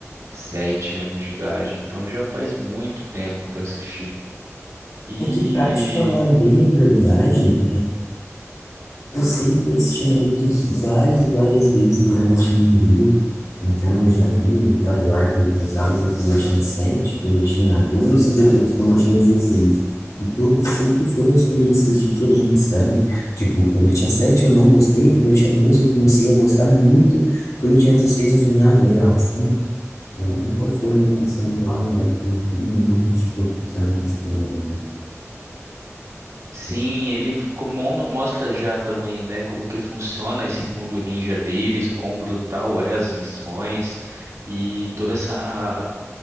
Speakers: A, on the right; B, on the left.
A: sete anos de idade. Então já faz muito tempo que eu assisti. E
B: É que, pra te falar bem a verdade, Eu sempre assisti Naruto várias e várias vezes durante o meu envio. Então eu já vi os Bioarcos usados quando eu tinha 7, quando eu tinha 12 e depois quando eu tinha 16. E todas sempre foram experiências diferentes, sabe? Tipo, quando eu tinha 7 eu não gostei, quando eu tinha 12 eu comecei a gostar muito, quando eu tinha 16 eu falei, ah, legal, sabe? Eu nunca fui uma relação igual, né? Tem tem um mundo de tipo, profissionais também, né?
A: sim, ele como- mostra já também, né, como que funciona esse mundo ninja deles, o quão brutal é as missões e toda essa